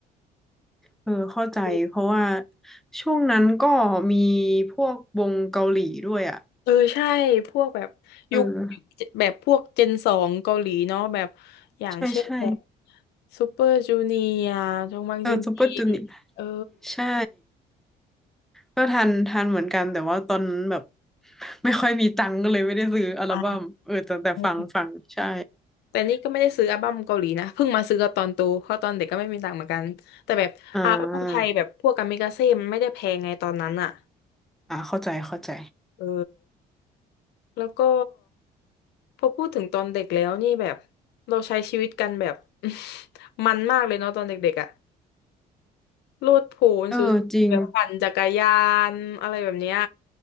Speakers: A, in the centre; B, on the left.
A: เออเข้าใจเพราะว่า
B: <laughs>
A: ช่วงนั้นก็มีพวกวงเกาหลีด้วยอ่ะ
B: เออใช่พวกแบบยุค
A: เออ
B: แบบพวกเจนสองเกาหลีเนาะแบบอย่างเช่นแบบ
A: ใช่ใช่
B: ซูเปอร์จูเนียร์จงบังจิงกี
A: เออซูเปอร์จูเนียร์
B: เออ
A: ใช่ก็ทันทันเหมือนกันแต่ว่าตอนนั้นแบบ <laughs> ไม่ค่อยมีตังค์ก็เลยไม่ได้ซื้ออัลบั้มเออแต่แต่ฟังฟังใช่
B: อ่า แต่นี่ก็ไม่ได้ซื้ออัลบั้มเกาหลีนะเพิ่งมาซื้อตอนโตเพราะตอนเด็กก็ไม่มีตังค์เหมือนกันแต่แบบอัลบั้มไทยแบบพวกกามิกาเซ่มันไม่ได้แพงไงตอนนั้นอ่ะ
A: อ่า อ่าเข้าใจเข้าใจ
B: เออแล้วก็พอพูดถึงตอนเด็กแล้วนี่แบบเราใช้ชีวิตกันแบบ <laughs> มันมากเลยเนาะตอนเด็กๆอ่ะโลดโผนสุดแบบปั่นจักรยานอะไรแบบเนี้ย
A: เออจริง